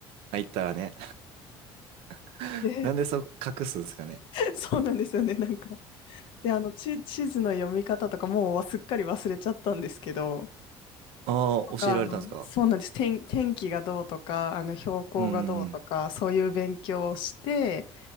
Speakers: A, on the right; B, on the left.
A: 入ったらね。<laughs>
B: で、
A: なんでそう隠すんですかね。
B: <laughs> そうなんですよね。なんか。で、あの地、地図の読み方とかもうすっかり忘れちゃったんですけど。
A: ああ、
B: とか、
A: 教えられたんですか。
B: あの、そうなんです。天、天気がどうとか、あの、標高がどうとか、
A: うんうんうん。
B: そういう勉強をして、